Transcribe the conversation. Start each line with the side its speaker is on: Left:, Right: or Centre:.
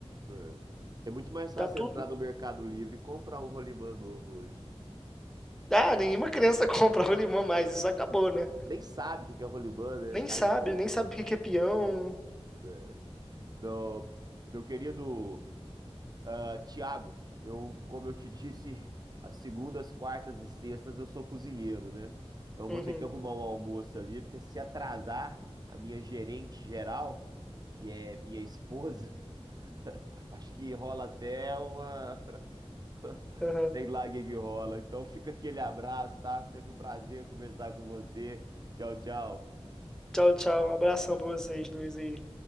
Right: É. É muito mais fácil
Centre: Tá tudo.
Right: entrar no Mercado Livre e comprar um rolimã novo hoje.
Centre: Ah, nenhuma criança <laughs> compra rolimã mais. Isso acabou, né?
Right: Nem sabe o que que é rolimã, né?
Centre: Nem
Right: Carrinho
Centre: sabe,
Right: de rolimã.
Centre: nem sabe o que que é peão.
Right: É. Não, meu querido ah, Tiago, eu, como eu te disse, as segundas, quartas e sextas eu sou cozinheiro, né? Então eu
Centre: Uhum,
Right: vou ter que arrumar um almoço ali, porque se atrasar a minha gerente geral, que é minha esposa, <laughs> acho que rola até uma. <laughs>
Centre: aham.
Right: Sei lá o que que rola. Então fica aquele abraço, tá? Sempre um prazer conversar com você. Tchau, tchau.
Centre: Tchau, tchau. Um abração pra vocês dois aí.